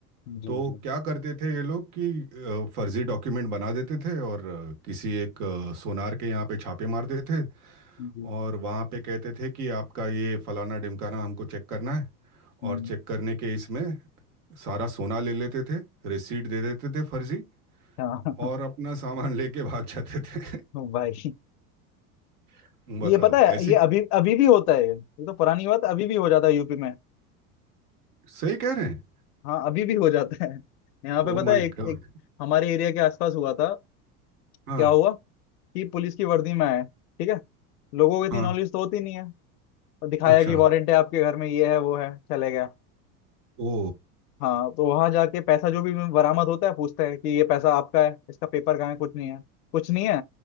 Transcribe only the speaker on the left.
जी
जी
जी
हम्म,
हाँ
<laughs> भाई
ये पता है
ये अभी अभी भी होता है ये ये तो पुरानी बात अभी भी हो जाता है यूपी में
हाँ अभी भी हो जाता है यहाँ पे
पता
है एक
एक हमारे एरिया के आसपास हुआ था क्या
हुआ कि पुलिस की वर्दी में आए ठीक है लोगों को इतनी
नॉलेज तो होती नहीं है और दिखाया
कि वारंट है आपके घर में ये है वो है चले गया
हाँ तो वहां जाके पैसा जो भी बरामद होता है पूछते हैं कि ये पैसा आपका है इसका पेपर कहाँ है कुछ नहीं है कुछ नहीं है